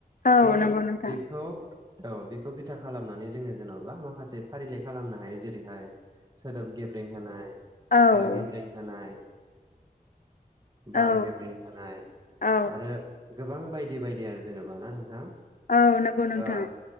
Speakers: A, on the left; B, on the right.
A: औ
B: थ'
A: नंगौ नोंथां
B: बेखौ औ बेखौ बिथा खालामनानै जोङो जेन'बा माखासे फारिलाइ खालामनो हायो जेरैहाय सोदोब गेब्रें होनाय
A: औ
B: हा गेब्रें होनाय बार
A: औ
B: गेबं होनय
A: औ
B: आरो। गोबां बायदि बायदि आरो जेनेबा ना नोंथां?
A: औ नंगौ नोंथां।
B: ओ